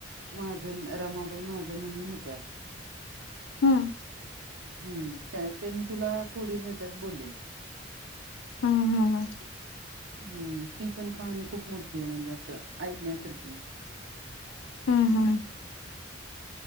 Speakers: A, on the right; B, on the left.
A: महाजन रमाबाई महाजन म्हणून होत्या.
B: हम्म.
A: हम्म. त्या ते मी तुला पुढील ह्याच्यात बोलेल.
B: हम्म हम्म हम.
A: हम्म ती पण कहाणी खूप मोठी आहे म्हणजे असं ऐकण्यासारखी आहे.
B: हम्म हम्म.